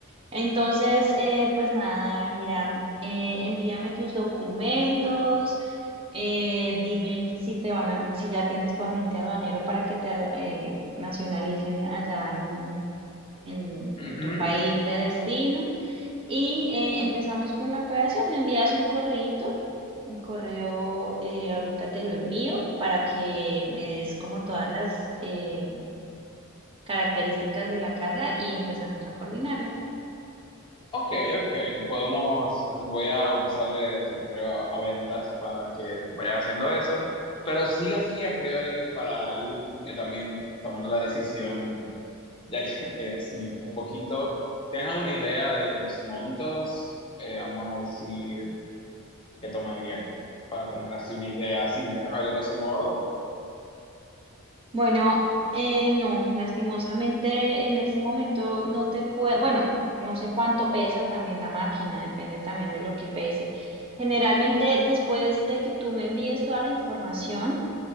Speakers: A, on the right; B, on the left.
A: Entonces, eh, pues nada, Hiram, eh, envíame tus documentos, eh, dime si te van a- si ya tienes tu agente aduanero para que te eh, nacionalicen allá en, en
B: Ujú.
A: en tu país de destino. Y eh, empezamos con la operación. Me envías un correíto, mi correo, eh, ahorita te lo envío para que me des como todas las eh, características de la carga y empezamos a coordinarla.
B: Ok, ok, podemos, voy a pasarle tu correo a, a ventas para que vaya haciendo eso, pero sí así a priori para ir yo también tomando la decisión Ya que eh, así, un poquito, ¿tienes alguna idea de los montos, eh, vamos a decir, que tomaría? Para tener así una idea, así, eh, a grosso modo.
A: Bueno, eh, no, lastimosamente en este momento no te puedo, bueno, no sé cuánto pesa también la máquina, depende también de lo que pese. Generalmente después de que tú me envíes toda la información,